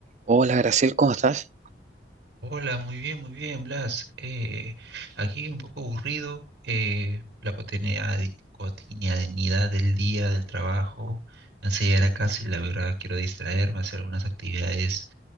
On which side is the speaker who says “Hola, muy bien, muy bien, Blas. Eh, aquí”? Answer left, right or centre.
Right